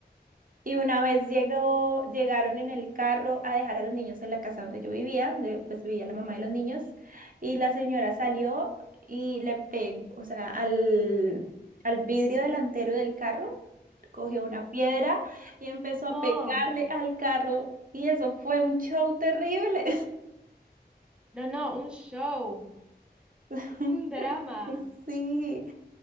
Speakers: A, on the right; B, in the centre.
A: Y una vez llegó, llegaron en el carro a dejar a los niños en la casa donde yo vivía, donde pues vivía la mamá de los niños, y la señora salió y le pegó, o sea, al, al vidrio delantero del carro, cogió una piedra y empezó a
B: No,
A: pegarle al carro, y eso fue un show terrible.
B: no, no, un show,
A: <laughs>
B: un drama.
A: Sí,